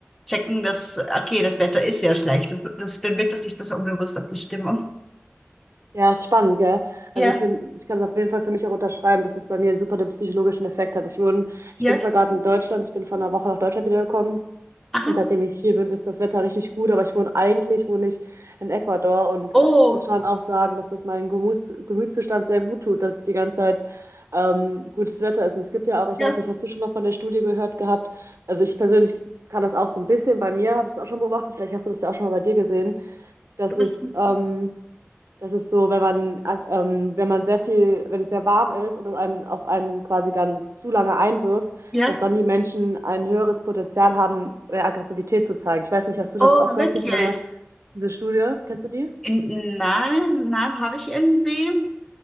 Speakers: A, in the centre; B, on the right.
A: checken, dass, okay, das Wetter ist ja schlecht. Das, das dann wirkt das nicht mehr so unbewusst auf die Stimmung.
B: Ja, ist spannend, gell?
A: Ja,
B: Also ich finde, ich kann es auf jeden Fall für mich auch unterschreiben, dass es bei mir super den psychologischen Effekt hat. Ich wohne, ich
A: ja,
B: bin zwar gerade in Deutschland, ich bin vor einer Woche nach Deutschland wiedergekommen,
A: aha.
B: Und seitdem ich hier bin, ist das Wetter richtig gut, aber ich wohne eigentlich, wohne ich in Ecuador und
A: Oh,
B: ich muss schon auch sagen, dass das meinem Gemüts Gemütszustand sehr gut tut, dass es die ganze Zeit ähm, gutes Wetter ist. Und es gibt ja auch, ich
A: ja,
B: weiß nicht, hast du schon mal von der Studie gehört gehabt? Also ich persönlich kann das auch so ein bisschen, bei mir habe ich es auch schon beobachtet, vielleicht hast du das ja auch schon mal bei dir gesehen, dass
A: was,
B: es ähm, das ist so, wenn man, ak- ähm, wenn man sehr viel, wenn es sehr warm ist und es einen, auf einen quasi dann zu lange einwirkt,
A: ja,
B: dass dann die Menschen ein höheres Potenzial haben, mehr Aggressivität zu zeigen. Ich weiß nicht, hast du
A: oh,
B: das auch gehört,
A: wirklich.
B: diese, diese Studie? Kennst du die?
A: In, nein, nein, habe ich irgendwie.